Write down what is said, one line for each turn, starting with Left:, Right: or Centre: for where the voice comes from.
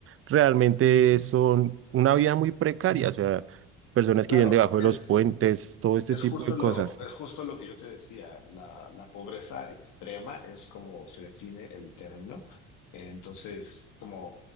Right: realmente son una vida muy precaria, o sea, personas
Left: claro,
Right: que viven debajo
Left: es
Right: de los puentes, todo este
Left: Es
Right: tipo
Left: justo
Right: de
Left: lo,
Right: cosas.
Left: es justo lo que yo te decía, la, la pobreza extrema es como se define el término. Entonces, como